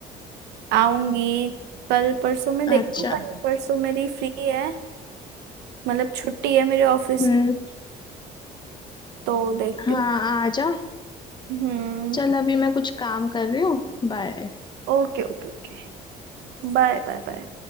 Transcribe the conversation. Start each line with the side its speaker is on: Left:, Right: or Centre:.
Right: आऊंगी कल परसों में
Left: अच्छा
Right: देखती हूँ कल परसों मेरी फ्री है मतलब छुट्टी है मेरे ऑफिस
Left: हम्म
Right: की तो देखती
Left: हाँ
Right: हूँ
Left: आ जा
Right: हम्म
Left: चल अभी मैं कुछ काम कर रही हूँ बाय
Right: Okay okay okay Bye bye bye